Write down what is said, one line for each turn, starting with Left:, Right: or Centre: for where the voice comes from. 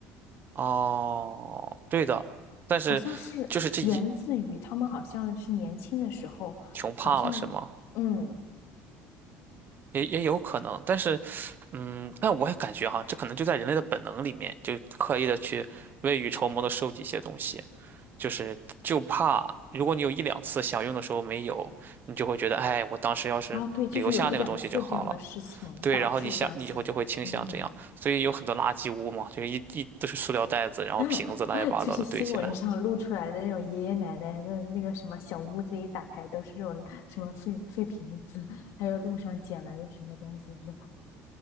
Right: 哦，对的，但是就是这一
Left: 好像是源自于他们好像是年轻的时候，
Right: 穷怕了是吗？
Left: 好像嗯
Right: 也也有可能，但是，嗯，但我也感觉哈，这可能就在人类的本能里面，就刻意的去未雨绸缪的收集一些东西，就是就怕如果你有一两次想用的时候没有，你就会觉得，哎，我当时要是留下那个东西就好了。
Left: 啊，对，就是有一两次这样的事情导致这样性格，
Right: 对，然后你想，你以后就会倾向这样，
Left: 嗯，
Right: 所以有很多垃圾屋嘛，就是一一都是塑料袋子，然后瓶子乱七八糟的堆起来。
Left: <laughs> 就是新闻上露出来的那种爷爷奶奶的那个什么小屋子一打开都是这种什么废废瓶子，还有路上捡来的什么东西是吧？